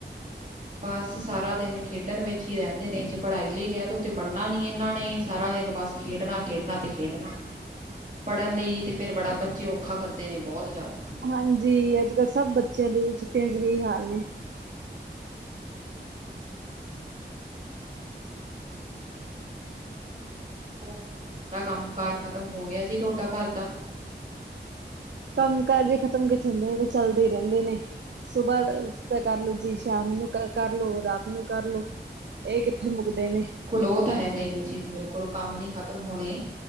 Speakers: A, on the right; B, on the right.
A: ਬਸ ਸਾਰਾ ਦਿਨ ਖੇਡਣ ਵਿੱਚ ਹੀ ਰਹਿੰਦੇ ਨੇ ਜੇ ਪੜ੍ਹਾਈ ਲਈ ਕਹਿ ਦੋ ਤੇ ਪੜ੍ਹਨਾ ਨਹੀਂ ਇਹਨਾਂ ਨੇ ਸਾਰਾ ਦਿਨ ਬਸ। ਖੇਡਣਾ, ਖੇਡਣਾ ਤੇ ਖੇਡਣਾ। ਪੜ੍ਹਨ ਲਈ ਤੇ ਫੇਰ ਬੜਾ ਬੱਚੇ ਔਖਾ ਕਰਦੇ ਨੇ ਬਹੁਤ ਜ਼ਿਆਦਾ।
B: ਹਾਂਜੀ, ਅੱਜ ਕੱਲ੍ਹ ਸਭ ਬੱਚਿਆਂ ਦੇ ਵੀ ਛੁੱਟੀਆਂ ਚ' ਹੀ ਹਾਲ ਨੇ।
A: ਹਾਂਜੀ, ਬਸ ਆਹੀ ਹਾਲ ਐ ਜੀ। ਹੋਰ ਜੀ, ਸਾਰਾ ਕੰਮ ਕਾਰ ਖਤਮ ਹੋ ਗਿਆ ਜੀ ਤੁਹਾਡਾ ਘਰ ਦਾ?
B: ਕੰਮ ਕਾਰ ਜੇ ਖਤਮ ਕਿੱਥੇ ਹੁੰਦੇ ਨੇ ਤੇ ਚੱਲਦੇ ਹੀ ਰਹਿੰਦੇ ਨੇ। ਸੁਬਾਅ ਤਾਂ ਕਰ ਲੋ ਜੀ ਸ਼ਾਮ ਨੂੰ ਕਰ ਲੋ ਰਾਤ ਨੂੰ ਕਰਲੋ। ਇਹ ਕਿੱਥੇ ਮੁੱਕਦੇ ਨੇ।
A: ਓ ਤਾਂ ਹੈਗਾ ਈ ਹੈ ਜੀ ਬਿਲਕੁਲ ਕੰਮ ਨੀ ਖ਼ਤਮ ਹੋਣੇ।